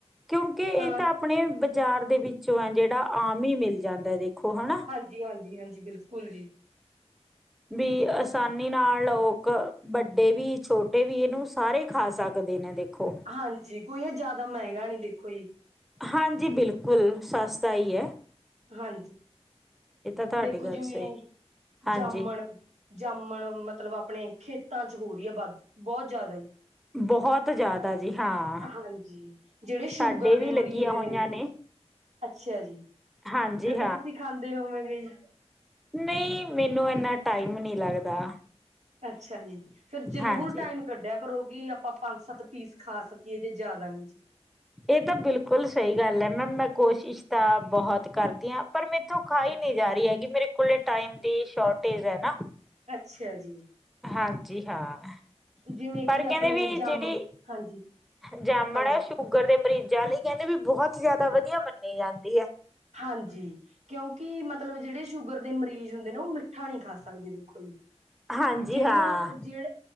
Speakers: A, in the centre; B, on the right.
A: ਕੇਉਂਕਿ
B: ਅ
A: ਏ ਤਾਂ ਆਪਣੇ ਬਜਾਰ ਦੇ ਵਿੱਚੋਂ ਐ ਜੇੜਾ ਆਮ ਈ ਮਿਲ ਜਾਂਦਾ ਦੇਖੋ ਹਨਾ।
B: ਜੀ ਹਾਂਜੀ-ਹਾਂਜੀ ਬਿਲਕੁਲ ਜੀ।
A: ਬੀ ਅ ਸਾਨੀ ਨਾਲ, ਲੋ ਕ, ਵੱਡੇ ਵੀ ਛੋਟੇ ਵੀ ਇਨੂੰ ਸਾਰੇ ਖਾ ਸ ਕਦੇ ਨਾ ਦੇਖੋ
B: ਹਾਂਜੀ ਕੋਈ ਏ ਜਾਦਾ ਮੈਗਾ ਨੀ ਦੇਖੋ ਯੀ।
A: ਹਾਂਜੀ ਬਿਲਕੁਲ ਸਸਤਾ ਈ ਐ।
B: ਹਾਂ।
A: ਤੁਹਾਡੀ
B: ਦੇਖੋ
A: ਗੱਲ
B: ਜਿਵੇਂ,
A: ਸਹੀ ਹਾਂਜੀ।
B: ਜਾਮਣ, ਜਾਮਣ ਮਤਲਬ ਆਪਣੇ ਖੇ ਤਾਂ ਚ ਹੋ ਰੀ ਏ ਵੱਧ, ਬੋ ਜਾਦਾ ਯੀ
A: ਬਹੁਤ ਜ਼ਿਆਦਾ ਜੀ ਹਾਂ
B: ਹਾਂਜੀ, ਜੇੜੇ ਸ਼ੂਗਰ
A: ਸਾਡੇ ਵੀ
B: ਦੇ ਮਰੀਜ਼
A: ਲੱਗੀਆਂ ਹੋਈਆਂ
B: ਨੇ ਜੀ ਅੱਛਾ ਜੀ,
A: ਹਾਂਜੀ
B: ਫੇਰ ਤਾਂ ਤੁਸੀਂ ਖਾਂਦੇ ਹੋਵੋਗੇ ਯੀ।
A: ਮੇ, ਮੈਨੂੰ ਏਨਾ ਟਾਈਮ ਨੀ ਲੱਗਦਾ।
B: ਅੱਛਾ ਜੀ, ਫੇਰ ਜ਼ਰੂਰ
A: ਹਾਂਜੀ।
B: ਟਾਈਮ ਕਢੇਆ ਕਰੋ ਕਿ ਅਪਾ ਪੰਜ-ਸੱਤ ਪੀਸ ਖਾ ਸਕੀਏ ਜੇ ਜਾਦਾ ਨੀ ਜੀ।
A: ਏ ਤਾਂ ਬਿਲਕੁਲ ਸਈ ਗੱਲ ੲੈ ਮੈ, ਮੈ ਕੋਸ਼ਿਸ਼ ਤਾਂ ਬੋਹਤ ਕਰਦੀ ਆਂ। ਪਰ ਮੇਥੋਂ ਖਾਈ ਨੀ ਜਾ ਰਹੀ ਹੈਗੀ, ਮੇਰੇ ਕੋਲ ਟਾਈਮ ਦੀ ਸ਼ੋਟੇਜ ਹੈ ਨਾ।
B: ਅੱਛਾ ਜੀ।
A: ਹਾਂਜੀ ਹਾਂ।
B: ਜਿਵੇਂ
A: ਪਰ
B: ਕਿ ਆਪਣੀ
A: ਕਦੇ ਵੀ
B: ਜਮ
A: ਜਿੜੀ,
B: ਹਾਂਜੀ
A: ਜਾਮਣ
B: ਹਾਂਜੀ
A: ਐ ਸੁ ਧੂਗਰ ਦੇ ਮਰੀਜ਼ਾਂ ਲਈ ਕੈਂਦੇ ਵੀ ਬੋਹਤ ਜਾਦਾ ਵਧੀਆ ਮੰਨੀ ਜਾਂਦੀ ੲੈ।
B: ਹਾਂਜੀ। ਕੇਓਕਿ, ਮਤਲਬ ਜਿੜੇ ਸ਼ੂਗਰ ਦੇ ਮਰੀਜ਼ ਹੁੰਦੇ ਨੇ ਓ ਮਿੱਠਾ ਨੀ ਖਾ ਸਕਦੇ ਦੇਖੋ ਯੀ।
A: ਹਾਂਜੀ
B: ਜੇੜੀਆਂ,
A: ਹਾਂ
B: ਜੇਹੜੇ,